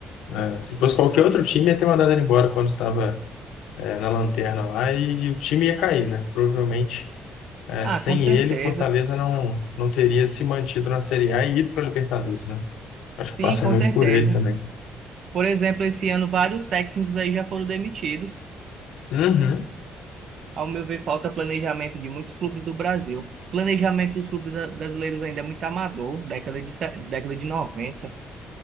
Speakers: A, on the left; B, on the right.
A: é, se fosse qualquer outro time, ia ter mandado ele embora quando estava, é, na lanterna lá e, o time ia cair, né? Provavelmente, é,
B: Ah,
A: sem
B: com certeza.
A: ele, o Fortaleza não, não teria se mantido na Série A e ido para a Libertadores, né? Acho que
B: Sim,
A: passa
B: com
A: muito
B: certeza.
A: por ele também.
B: Por exemplo, esse ano vários técnicos aí já foram demitidos.
A: Uhum.
B: Ao meu ver, falta planejamento de muitos clubes do Brasil. planejamento dos clubes a- brasileiros ainda é muito amador, década de, se- década de noventa,